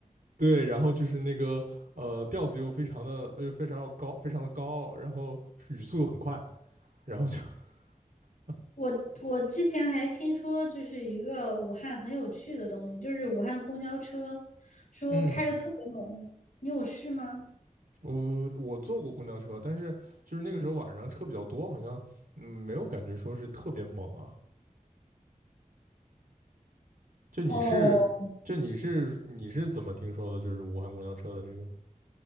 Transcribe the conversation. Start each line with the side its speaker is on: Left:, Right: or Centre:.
Right: 对，然后就是那个呃调子又非常的又非常要高，非常的高傲，然后语速又很快，然后就 <laughs>
Left: 我我之前还听说，就是一个武汉很有趣的东西，就是武汉的公交车，说开的特别猛。
Right: 嗯，
Left: 你有试吗？
Right: 我我坐过公交车，但是就是那个时候晚上车比较多，好像嗯没有感觉说是特别猛啊。就你是就你是你是怎么听说的？
Left: 哦，
Right: 就是武汉公交车的这个，